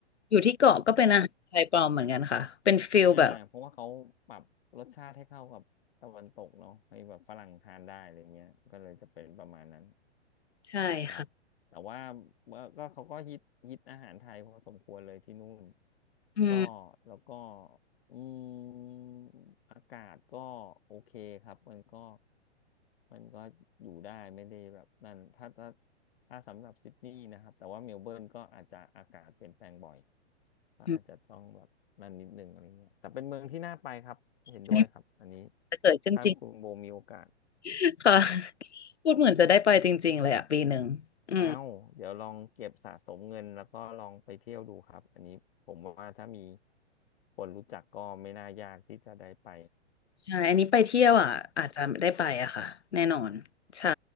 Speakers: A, on the left; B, on the left.
A: อยู่ที่เกาะก็เป็นอาหารไทยปลอมเหมือนกันค่ะเป็นฟิลแบบ
B: ฮะอ่าเพราะว่าเขาปรับรสชาติให้เข้ากับตะวันตกเนาะให้แบบฝรั่งทานได้อะไรเงี้ยก็เลยจะเป็นประมาณนั้น
A: ใช่ค่ะ
B: ครับแต่ว่าเมื่อก็เขาก็ฮิตฮิตอาหารไทยพอสมควรเลยที่นู่น
A: อืม
B: ก็แล้วก็อืมอากาศก็โอเคครับมันก็มันก็อยู่ได้ไม่ได้แบบนั่นถ้าถ้าถ้าสำหรับซิดนีย์นะครับแต่ว่าเมลเบิร์นก็อาจจะอากาศเปลี่ยนแปลงบ่อยก็อาจจะต้องแบบนั่นนิดนึงอะไรเงี้ยแต่เป็นเมืองที่น่าไปครับเห็นด้วยครับอันนี้
A: อืมอันนี้จะเกิดขึ้นจริง
B: ถ้าคุณโบมีโอกาส
A: <laughs> ค่ะพูดเหมือนจะได้ไปจริงๆเลยอ่ะปีหนึ่งอืม
B: เอ้าวเดี๋ยวลองเก็บสะสมเงินแล้วก็ลองไปเที่ยวดูครับอันนี้ผมว่าถ้ามีคนรู้จักก็ไม่น่ายากที่จะได้ไป
A: ใช่อันนี้ไปเที่ยวอ่ะอาจจะได้ไปอ่ะค่ะแน่นอนใช่